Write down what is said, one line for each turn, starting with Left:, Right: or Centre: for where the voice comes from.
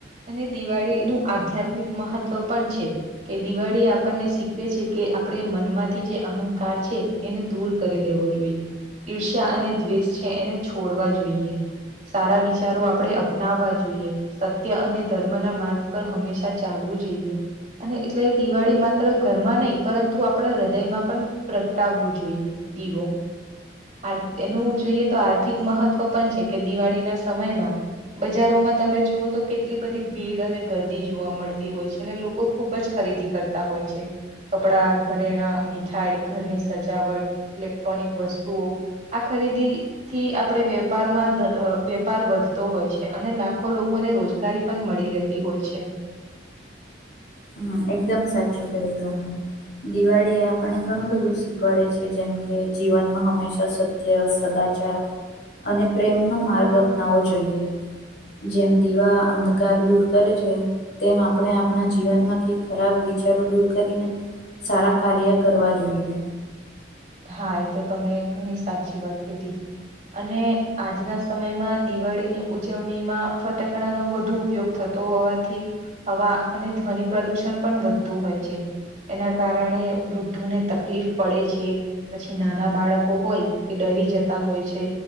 Right: અને દિવાળી નું આધ્યાત્મિક મહત્વ પણ છે. કે દિવાળી આપણને શીખવે છે કે આપણે મનમાંથી જે અહંકાર છે. એને દૂર કરી લેવો જોઈએ. ઈર્ષ્યા અને દ્વેષ છે એને છોડવા જોઈએ. સારા વિચારો આપણે અપનાવવા જોઈએ. સત્ય અને ધર્મ ના માર્ગ પર હંમેશા ચાલવું જોઈએ. અને એટલે દિવાળી માત્ર ઘરમાં નહી પરંતુ આપડા હૃદયમાં પણ પ્રગટાવવું જોઈએ. દીવો આર એનું જ જોઈએ તો આર્થિક મહત્વ પણ છે કે દિવાળીના સમયમાં બજારોમાં તમે જુઓ તો કેટલી બધી ભીડ અને ગરદી જોવા મળતી છે નેલો કો ખુબ જ ખરીદી કરતા હોય છે. કપડા, ઘરેણા, મીઠાઈ, ઘરની સજાવટ, ઇલેક્ટ્રોનિક વસ્તુઓ આ ખરીદી થી આપણે વેપારમાં વેપાર વધતો હોય છે. અને લાખો લોકોને રોજ ગારી પણ મળી રહેતી હોય છે.
Left: હા, એકદમ સાચું ક્યું તમે. દિવાળી એ આપણને ઘણું બધું શીખવાડે છે જેમકે જીવનમાં હંમેશા સત જે અ સદાચાર અને પ્રેમનોો માર્ગ અપનાવવો જોઈએ. જેમ દીવા અંધકાર દૂર કરે છે તેમ આપણે આપણા જીવનમાં થી ખરાબ વિચારો દૂર કરીને સારા કાર્ય કરવા જોઈએ.
Right: હા, એ તો તમે ઘણી સાચી વાત કધી. અને આજના સમયમાં દિવાળીની ઉજવણીમાં ફટાકડાનોો વધુ ઉપયોગ થતો હોવાથી હવા અને ધ્વનિ પ્રદુષણ પણ વધતું હોય છે. એના કારણે વૃદ્ધોને તકલીફ પડે છે. પછી નાના બાળકો હોય એ ડરી જતા હોય છે.